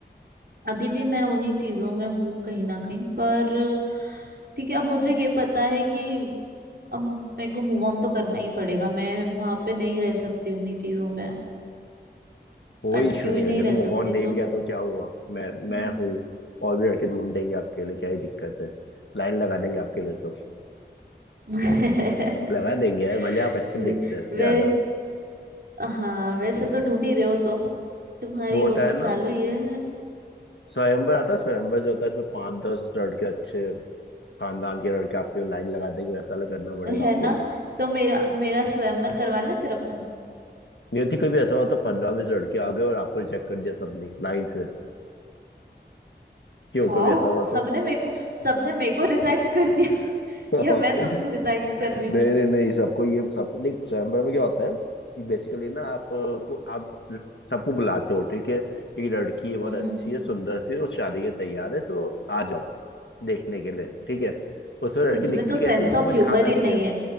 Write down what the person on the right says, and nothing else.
अभी भी मैं उन्हीं चीजों में हूँ कहीं ना कहीं पर ठीक है अब मुझे ये पता है कि अब मेरे को मूव ऑन तो करना ही पड़ेगा मैं वहां पे नहीं रह सकती उन्हीं चीजों में
अटकी
हुई
नहीं
रह
सकती
तो
हम्म।
<laughs>
वे
वे हाँ वैसे तो ढूंढ ही रहे हो तुम तुम्हारी
वो तो
चालू
ही है
है
ना
तो मेरा मेरा स्वयंवर करवा लें फिर अपन
हाँ
सबने
मेरे को सबने मेरे को रिजेक्ट कर दिया <laughs>
या मैं सबको रिजेक्ट कर रही हूँ
हम्म
तुझमें
तो सेंस
ऑफ
ह्यूमर
ही
नहीं
है